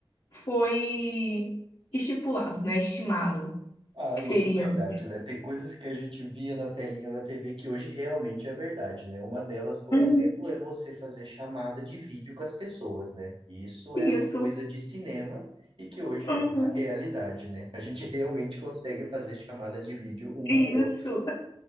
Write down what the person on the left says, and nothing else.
foi estipulado, né? Estimado
que
teríamos.
Uhum,
Isso.
Uhum.
Isso.